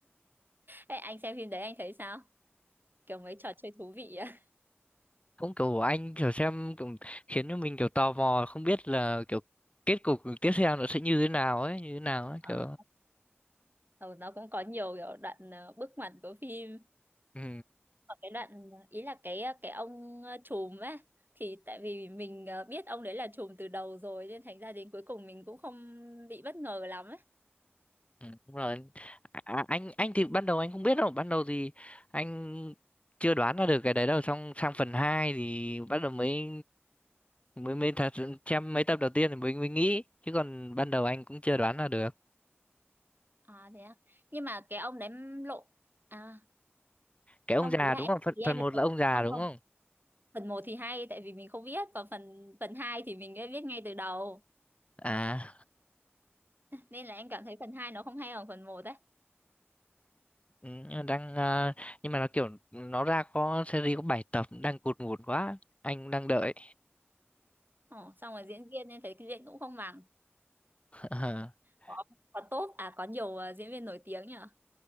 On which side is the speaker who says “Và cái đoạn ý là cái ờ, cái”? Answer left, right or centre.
Right